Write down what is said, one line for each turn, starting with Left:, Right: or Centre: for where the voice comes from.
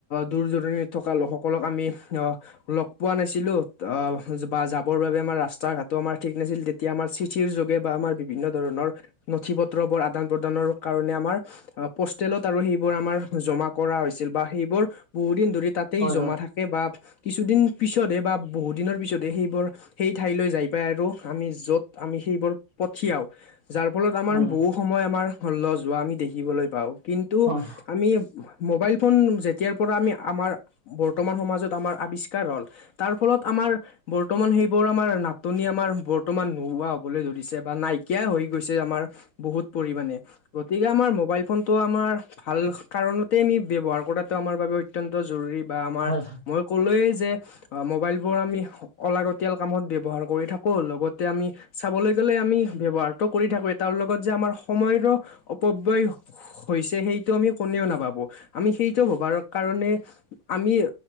Left: দূৰ দৰণিত থকা কা লোকসকলক আমি অ লগ পোৱা নাছিলো অ বা যাবৰ বাবে আমাৰ ৰাস্তা ঘ আমাৰ ঠিক নাছিল তেতিয়া আমাৰ চিঠিৰ যোগে বা আমাৰ বিভিন্ন ধৰণৰ নথি পত্ৰ বোৰ আদান প্ৰদানৰ কাৰণে আমাৰ আঁ হোষ্টেলত আৰু সেই বোৰ আমাৰ জমা কৰা হৈছে বা সেই বোৰ বহুত দিন ধৰি তাতেই
Right: হয়,
Left: জমা
Right: হয়,
Left: থাকে বা কিছুদিন পিছতহে বা বহুত দিনৰ পিছতহে সেইবোৰ সেই ঠাইলৈ যাই পাই আৰু আমি য'ত আমি সেইবোৰ পঠিয়াওঁ। যাৰ ফলত আমাৰ
Right: হয়,
Left: বহু সময় আমাৰ লজ হোৱা আমি দেখিবলৈ পাওঁ কিন্তু
Right: হয়,
Left: আমি মোবাইল ফোন যেতিয়াৰ পৰা আমি আমাৰ বৰ্তমান সমাজত আমাৰ আৱিষ্কাৰ হ'ল তাৰ ফলত আমাৰ আমাৰ বৰ্তমান সেইবোৰ আমাৰ নাটনি আমাৰ বৰ্তমান নোহোৱা হবলৈ ধৰিছে বা নাইকিয়াই হৈ গৈ হৈছে আমাৰ বহুত পৰিমাণে গতিকে আমাৰ মোবাইল ফোনটোটো আমাৰ ভাল কাৰণতে আমি ব্যৱহাৰৰ কৰাটো আমাৰ বাবে অত্যন্ত জৰুৰী। বা আমাৰ
Right: হয়,
Left: মই কলোৱে মোবাইল বোৰ আমি লাগতিয়াল কামত ব্যৱহাৰ কৰি থাকোঁ লগতে আমি চাবলৈ গলে যে আমি ব্যৱহাৰটো কৰি থাকো তাৰ লগত যে আমাৰ সময়ৰো অপব্যয় হৈছে সেইটো আমি কোনেও নাভাবো আমি সেইটো ভবাৰ কাৰণে আমি